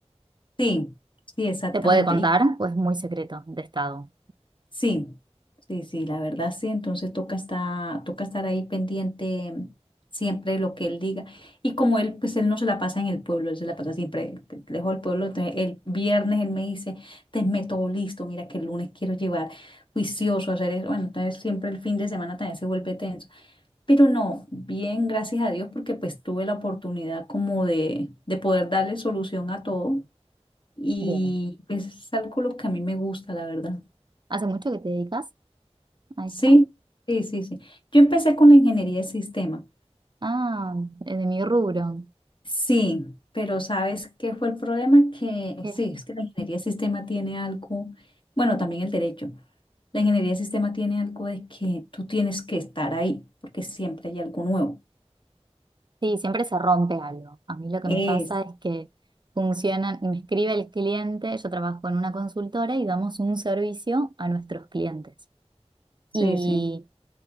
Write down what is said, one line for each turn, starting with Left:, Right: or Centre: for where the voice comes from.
Left: Sí, sí, exactamente.
Right: ¿Te puede contar? Pues muy secreto de estado.
Left: Sí, sí, sí, la verdad sí, entonces toca estar, toca estar ahí pendiente siempre de lo que él diga. Y como él, pues él no se la pasa en el pueblo, él se la pasa siempre te- lejos del pueblo, entonces el viernes él me dice, te meto listo, mira que el lunes quiero llevar juicioso a hacer eso. Bueno, entonces siempre el fin de semana también se vuelve tenso. Pero no, bien, gracias a Dios, porque pues tuve la oportunidad como de, de poder darle solución a todo y
Right: Bien.
Left: pues es algo lo que a mí me gusta, la verdad.
Right: ¿Hace mucho que te dedicas a
Left: Sí,
Right: esto?
Left: sí, sí, sí. Yo empecé con la ingeniería de sistema.
Right: Ah, es de mi rubro.
Left: Sí, pero ¿sabes qué fue el problema? Que
Right: ¿Qué?
Left: sí, es que la ingeniería de sistema tiene algo, bueno, también el derecho. La ingeniería de sistema tiene algo de que tú tienes que estar ahí, porque siempre hay algo nuevo.
Right: Sí, siempre se rompe algo. A mí lo que
Left: Es,
Right: me pasa es que funcionan, me escribe el cliente, yo trabajo en una consultora y damos un servicio a nuestros clientes.
Left: sí,
Right: Y
Left: sí.